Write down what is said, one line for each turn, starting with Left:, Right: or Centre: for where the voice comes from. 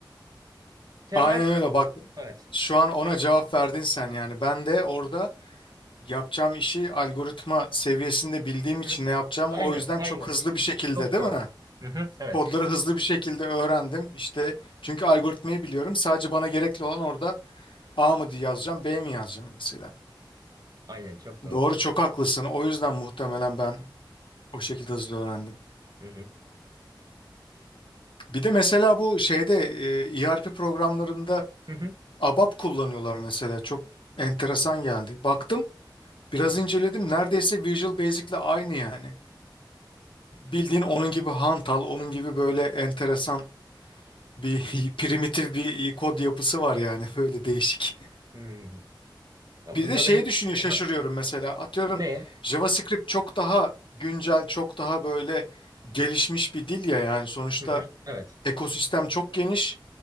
Right: Temel
Left: Aynen öyle bak.
Right: evet.
Left: Şu an ona cevap verdin sen yani. Ben de orada yapacağım işi algoritma seviyesinde bildiğim
Right: Hı hı.
Left: için ne yapacağımı
Right: Aynen,
Left: o yüzden
Right: aynen.
Left: çok hızlı bir şekilde
Right: Çok
Left: değil
Right: doğru.
Left: mi?
Right: Hı hı. Evet,
Left: Kodları hızlı bir şekilde öğrendim. İşte çünkü algoritmayı biliyorum. Sadece bana gerekli olan orada A mı diye yazacağım, B mi yazacağım mesela.
Right: aynen çok doğru.
Left: Doğru, çok haklısın. O yüzden muhtemelen ben o şekilde hızlı öğrendim.
Right: Hı hı.
Left: Bir de mesela bu şeyde e, ERP programlarında
Right: Hı hı.
Left: ABAP kullanıyorlar mesela. Çok enteresan geldi. Baktım, biraz
Right: Hı hı.
Left: inceledim. Neredeyse Visual Basic'le aynı yani. bildiğin onun gibi hantal, onun gibi böyle enteresan bir <laughs> primitif bir kod yapısı var yani <laughs> böyle değişik.
Right: Hmm. Ya
Left: Bir
Right: bunda
Left: de şey
Right: benim
Left: düşünüyor şaşırıyorum
Right: Aha.
Left: mesela atıyorum
Right: ne?
Left: JavaScript çok daha güncel, çok daha böyle gelişmiş bir dil ya yani sonuçta
Right: Hı hı. Evet.
Left: ekosistem çok geniş,